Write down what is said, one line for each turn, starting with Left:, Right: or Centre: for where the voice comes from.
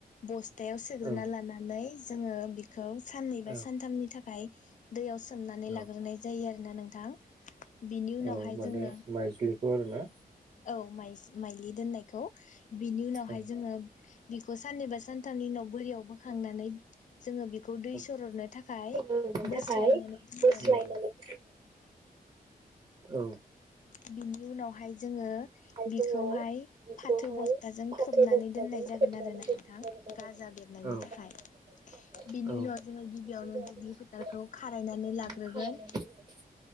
Left: बस थायाव सोग्रोना
Right: औ
Left: लानानै जोङो बिख खौ साननै बा
Right: औ
Left: सानथामनि थाखाय दैयाव स सोमनानै लाग्रोनाय
Right: औ
Left: जायो आरो ना नोंथां बिनि उनावहाय
Right: औ माने
Left: जोङो
Right: माइज्लिखौ आरो ना
Left: औ माइज माइलि दोननायखौ बिनि उनावहाय
Right: औ
Left: जोङो बिखौ साननैबा सानथामनि उनाव बोरियाव बोखांनानै जोङो बिखौ दै
Right: औ
Left: सर'दनो थाखाय
Right: सोलोंनो
Left: बोस्लायनानै
Right: थाखाय
Left: दोनगोन
Right: बोस्लायनानै औ
Left: बिनि उनाव ह हाय जोङो बिखौहाय
Right: जोङो बेखौहाय
Left: फाथो बस्थाजों
Right: फाथो
Left: खोबनानै
Right: बस्थाजों
Left: दोननाय जागोन
Right: खोबनानै
Left: आरो ना
Right: दोननाय
Left: नोंथां
Right: जागोन
Left: गाजा बेरनायनि
Right: आरोना
Left: थाखाय
Right: गाजा
Left: बिनि
Right: बेरनायनि थाखाय
Left: उनाव जोङो गिबियावनो
Right: बिनि उनाव
Left: दुब्लि फोथारखौ खारायनानै लाग्रोगोन
Right: जोङो खारायनानै होगोन।